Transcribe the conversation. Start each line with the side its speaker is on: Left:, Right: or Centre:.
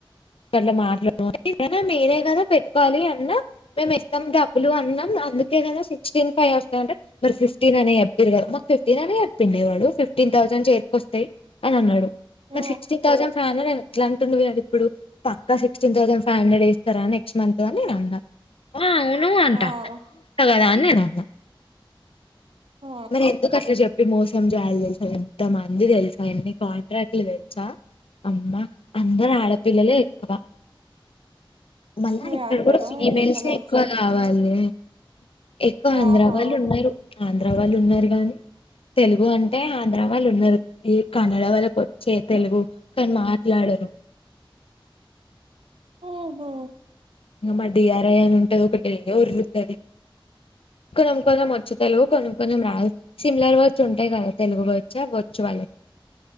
Left: గట్ల మాట్లాడూ <unintelligible> మేమే కదా పెట్టుకోవాలి అన్నా మేం ఇస్తాం డబ్బులు అన్నం అందుకే గదా సిక్స్టీన్ ఫైవ్ వస్తాదంటే మీరు ఫిఫ్టీన్ అనే చెప్పిరు కదా మాక్ ఫిఫ్టీన్ అనే చెప్పిండే వాడు ఫిఫ్టీ టీన్ థౌండ్ చేతికొస్తాయి అని అన్నాడు
Right: ఆ
Left: నా సిక్స్టీన్ థౌసండ్ ఫై్ హండ్రెడ్ ఎట్లా అంటుండు వాడు ఇప్పుడు పక్కా సిక్స్టీన్ థౌజండ్ ఫైవ్ హండ్రెడ్ వేస్తారా నెక్స్ట్ మంత్ అని నీను అన్న అ ఆవును అంట
Right: ఆ
Left: <unintelligible> కదా అని నీను అన్న
Right: ఆ
Left: మరి ఎందుకట్లా చెప్ పి మోసం చేయాలి తెలుసా ఎంత మంది తెలుసా ఇన్ని కాంట్రాక్ట్లు తెలుసా అమ్మా అందరు ఆడపిల్లలే ఎక్కువ మళ్ళా
Right: మీ
Left: ఇక్కడ
Right: అందరం
Left: కూడా ఫీమేల్సే
Right: ఇక్కనే వచ్చి
Left: ఎక్కువ కావాలి ఎక్కువ ఆంధ్రా
Right: ఆహా
Left: వాళ్ళు ఉన్నారు ఆంధ్ర వాళ్ళు ఉన్నారు కాని తెలుగు అంటే ఆంధ్ర వాళ్ళు ఉన్నారు ఈ కన నడవళ్ళకి వచ్చే తెలుగు కానీ మాట్లాడరు
Right: ఓ హో
Left: ఇగ మ డిఆర్ఐ అని ఉంటది ఒకటే ఓర్రుతది కొనం కోణం వచ్చు తెలుగు కొనంకోనం రాదు సిమ్లర్ వర్డ్స్ఉంటాయి కదా తెలుగు వచ్చా వచ్చు వాళ్ళకు